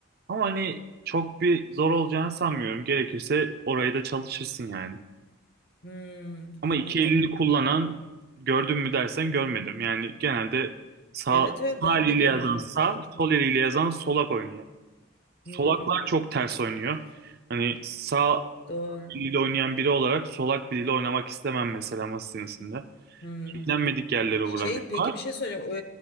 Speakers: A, on the right; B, on the left.
A: Ama hani çok bir zor olacağını sanmıyorum. Gerekirse orayı da çalışırsın yani.
B: hmm,
A: Ama
B: anladım.
A: iki elini kullanan gördüm mü dersen görmedim. Yani genelde sağ,
B: Evet evet
A: sağ
B: ben
A: eliyle
B: de görmedim
A: yazan sağ,
B: zaten.
A: sol eliyle yazan solak oynuyor. Solaklar
B: Hmm,
A: çok ters oynuyor. Hani sağ
B: doğru.
A: eliyle oynayan biri olarak solak biriyle oynamak istemem mesela masa tenisinde.
B: Hmm.
A: Beklenmedik yerlere vurabiliyorlar.
B: Şey peki bir şey soracağım. O,